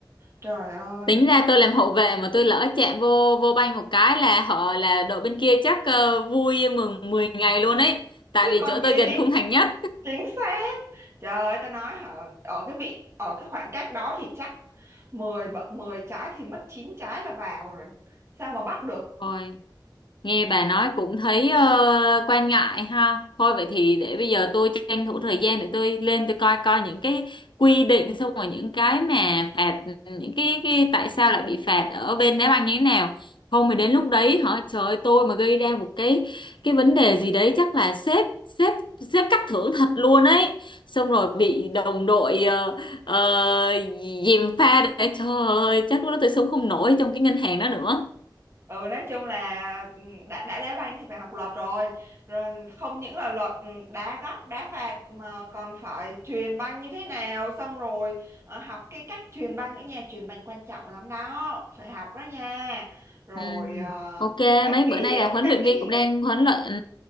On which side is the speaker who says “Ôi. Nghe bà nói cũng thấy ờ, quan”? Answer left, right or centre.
Left